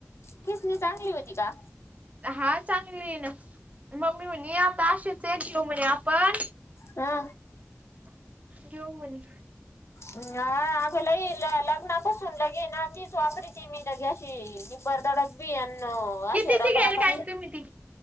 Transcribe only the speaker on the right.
हा चांगली आहे ना मम्मी म्हणे आता अशीच एक घेऊ म्हणे आपण
घेऊ म्हणे
कितीची
घ्यायला काय
तुम्ही ती